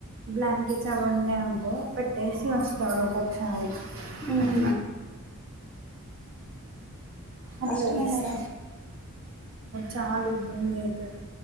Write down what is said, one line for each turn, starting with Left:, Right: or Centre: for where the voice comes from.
Right: బ్లాంకెట్స్ అవి ఉన్నాయనుకో పెట్టేసి వస్తాడు ఒక్కొక్కసారి
Centre: ఉమ్
Right: అట్లా అట్లా
Centre: కష్టమే
Right: వేస్త
Centre: కదా
Right: చాలా ఇబ్బంది అవుతుంది